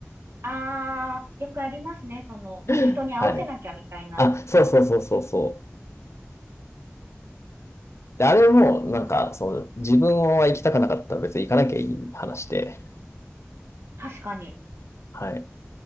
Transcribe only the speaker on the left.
<laughs> はい。あ、そうそうそうそうそう。で、あれも、なんか、その、自分は行きたくなかったら別に行かなきゃいい話で、
はい。